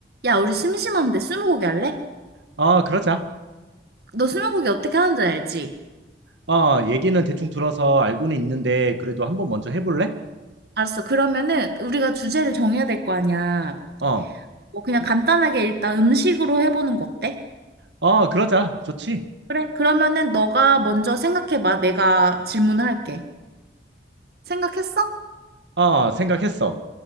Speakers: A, on the right; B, on the right.
A: 야, 우리 심심한데 스무고개 할래?
B: 어, 그러자.
A: 너 스무고개 어떻게 하는지 알지?
B: 어, 얘기는 대충 들어서 알고는 있는데, 그래도 한번 먼저 해볼래?
A: 알았어. 그러면은 우리가 주제를 정해야 될 거 아니야.
B: 어,
A: 뭐 그냥 간단하게 일단 음식으로 해보는 거 어때?
B: 어, 그러자. 좋지.
A: 그래. 그러면은 너가 먼저 생각해봐. 내가 질문을 할게. 생각했어?
B: 어, 생각했어.